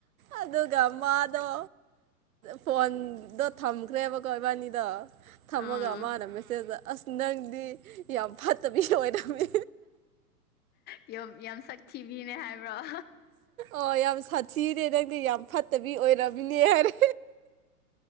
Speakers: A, on the right; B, on the left.
A: ꯑꯗꯨꯒ ꯃꯥꯗꯣ ꯐꯣꯟꯗꯣ ꯊꯝꯈ꯭ꯔꯦꯕ ꯀꯣꯏ ꯏꯕꯥꯅꯤꯗꯣ ꯊꯝꯃꯒ
B: ꯑꯥ
A: ꯃꯥꯅ ꯃꯦꯁꯦꯖꯇ ꯑꯁ ꯅꯪꯗꯤ ꯌꯥꯝ ꯐꯠꯇꯕꯤ ꯑꯣꯏꯔꯝꯃꯤ
B: ꯌ ꯌꯥꯝ ꯁꯥꯛ ꯊꯤꯕꯤꯅꯦ ꯍꯥꯏꯕ꯭ꯔꯣ
A: ꯑꯣ ꯌꯥꯝ ꯁꯥꯊꯤꯅꯦ ꯅꯪꯗꯤ ꯌꯥꯝ ꯐꯠꯇꯕꯤ ꯑꯣꯏꯔꯝꯃꯤꯅꯦ ꯍꯥꯏꯔꯦ